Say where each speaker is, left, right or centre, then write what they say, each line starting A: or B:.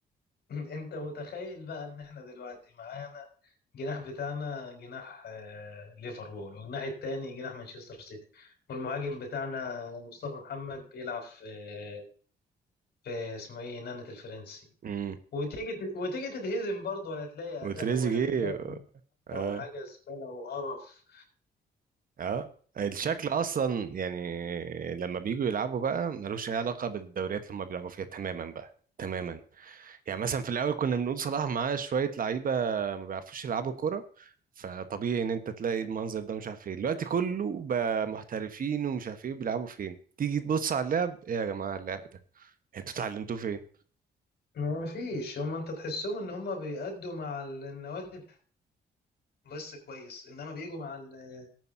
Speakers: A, on the left; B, on the right.
A: <clears throat> انت متخيل بقى ان احنا دلوقتي معانا جناح بتاعنا جناح آه، ليفربول والجناح التاني جناح مانشستر سيتي والمهاجم بتاعنا مصطفى محمد بيلعب في آه، في اسمه ايه نانت الفرنسي
B: امم
A: وتيجي ت- وتيجي تتهزم برضه ولا تلاقي
B: وتريزيجيه
A: اداء ولا تلاقي
B: اه
A: او حاجه زباله وقرف
B: اه الشكل أصلا يعني لما بييجوا يلعبوا بقى ملوش أي علاقة بالدوريات اللي هما بيلعبوا فيها تماما بقى تماما يعني مثلا في الاول كنا بنقول صلاح معاه شويه لعيبه ما بيعرفوش يلعبوا كوره فطبيعي ان انت تلاقي المنظر ده مش عارف ايه دلوقتي كله بقى محترفين ومش عارف ايه بيلعبوا فين تيجي تبص على اللعب ايه يا جماعه اللعب ده انتوا اتعلمتوه فين
A: ما فيش هم انت تحسهم ان هم بيأدوا مع ال- النوادي بتاعتهم بس كويس انما بيجوا مع ال-